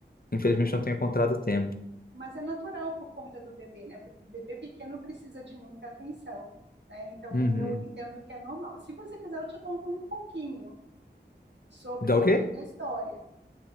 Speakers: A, on the left; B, on the right.
A: Infelizmente
B: sim.
A: não tenho encontrado tempo.
B: Mas é natural por conta do bebê, né? Porque Bebê pequeno precisa de muita atenção, né? Então
A: Uhum.
B: eu entendo que é normal. Se você quiser, eu te conto um pouquinho sobre,
A: Dá o quê?
B: sobre a história